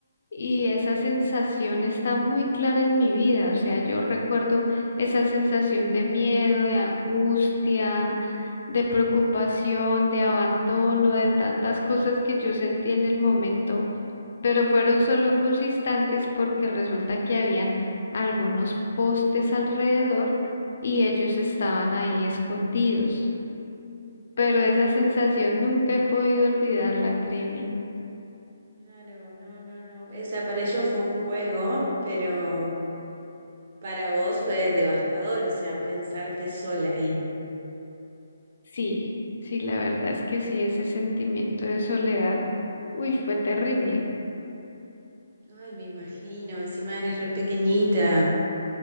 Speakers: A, on the left; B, on the right.
A: Y esa sensación está muy clara en mi vida, o sea, yo recuerdo esa sensación de miedo, de angustia, de preocupación, de abandono, de tantas cosas que yo sentí en el momento, pero fueron solo unos instantes porque resulta que habían algunos postes alrededor y ellos estaban ahí escondidos,
B: ay,
A: pero esa
B: no
A: sensación
B: te puedo creer.
A: nunca he podido olvidarla, créeme.
B: Claro, no, no, no. O sea, para ellos fue un juego, pero para vos fue devastador, o sea, pensarte sola ahí.
A: Sí, sí, la verdad es que sí, ese sentimiento de soledad, uy, fue terrible.
B: Ay, me imagino, encima eras re pequeñita.